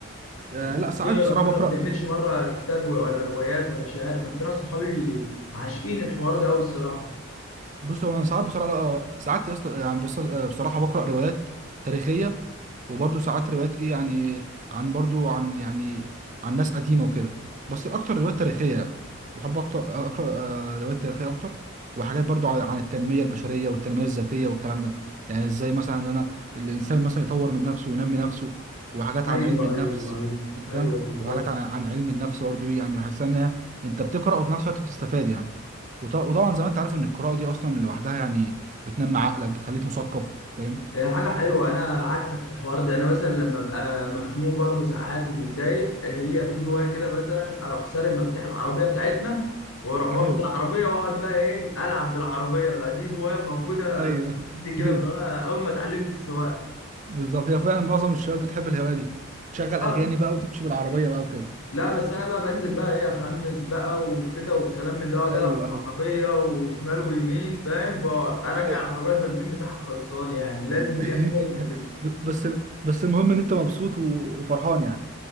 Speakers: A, on the right; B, on the left.
A: آه
B: انت
A: لا
B: بتقرا
A: ساعات بصراحه
B: كده ما
A: بكره
B: بتعملش مره كتاب ولا روايات ولا شعر كان في ناس صحابي عاشقين الحوار ده قوي الصراحه
A: بص هو انا ساعات بصراحه آه، ساعات يا اسطى يعني بص آه، بصراحه بقرا روايات تاريخيه وبرضه ساعات روايات ايه يعني عن برضه عن يعني عن ناس قديمه وكده بس الاكتر روايات تاريخيه يعني بحب اكتر اقرا آه، روايات تاريخيه اكتر وحاجات برضه عن عن التنميه البشريه والتنميه الذاتيه والكلام ده يعني ازاي مثلا ان انا الانسان مثلا يطور من نفسه وينمي نفسه وحاجات
B: ايوه
A: عن علم النفس
B: ايوه ايوه
A: انت
B: ايوه
A: فاهم
B: بالظبط
A: وحاجات عن عن علم النفس برضه يعني بحس ان هي- انت بتقرا وفي نفس الوقت بتستفاد يعني وط- وطبعا زي ما انت عارف ان القراءه دي اصلا لوحدها يعني بتنمي عقلك بتخليك مثقف فاهم
B: هي حاجة حلوة أنا عكسك في الحوار ده أنا مثلا لما أبقى مخنوق برضه ساعات ومتضايق هي في هواية كده مثلا أروح سارق مفاتيح العربية بتاعتنا وأروح واخد
A: ايوه
B: العربية وأقعد بقى إيه ألعب بالعربية بقى دي هواية موجودة
A: ايوه
B: عندي كده
A: <laughs>
B: من وأنا أول ما اتعلمت السواقة
A: بالظبط هي فعلا معظم الشباب بتحب الهوايه دي تشغل
B: أه
A: اغاني بقى وتمشي بالعربيه بقى وكده
B: لا بس أنا بقى بنزل بقى إيه أخمس بقى وكده والكلام من ده وأقعد
A: ايوه
B: ألعب
A: ايوه
B: بالعربية وشمال ويمين فاهم فأرجع
A: ايوه
B: العربية البنزين بتاعها خلصان يعني لازم
A: <laughs>
B: دي أساسي كده
A: ب- بس بس المهم ان انت مبسوط و- وفرحان يعني